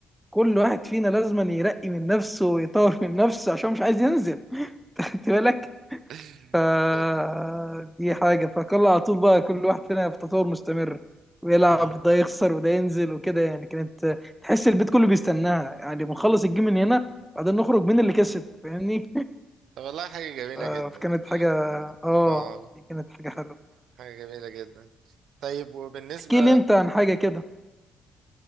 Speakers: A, in the centre; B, on the right.
A: كل واحد فينا لازم يرقي من نفسه ويطور من نفسه عشان مش عايز ينزل <laughs> انت بالك
B: <laughs>
A: فدي حاجة فكل على طول بقى كل واحد فينا في تطور مستمر ويلعب
B: امم
A: ده يخسر وده ينزل وكده يعني كانت تحس البيت كله بيستناها يعني بنخلص الجيم من هنا بعدين نخرج مين اللي كسب فاهمني
B: طب والله حاجة جميلة
A: آه
B: جدا
A: فكانت حاجة اه
B: اه
A: دي كانت حاجة حلوة
B: حاجة جميلة جدا طيب وبالنسبة
A: احكي لي انت عن حاجة كده